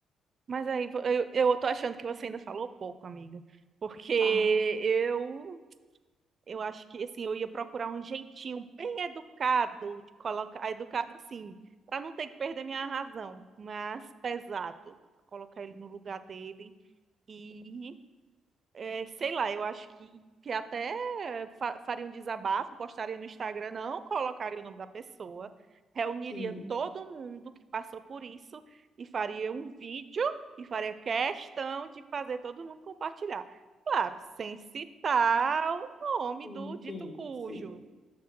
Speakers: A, on the right; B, on the left.
A: Mas aí vo- eu, eu tô achando que você ainda falou pouco, amiga. Porque
B: Ah,
A: eu eu acho que assim, eu ia procurar um jeitinho bem educado de colocar, educado assim, para não ter que perder minha razão, mas pesado, pra colocar ele no lugar dele E, é, sei lá, eu acho que, que até fa faria um desabafo, postaria no Instagram, não colocaria o nome da pessoa, reuniria
B: sim,
A: todo mundo que passou por isso e faria um vídeo e faria questão de fazer todo mundo compartilhar. Claro, sem citar o nome
B: sim,
A: do dito
B: sim,
A: cujo.
B: sim.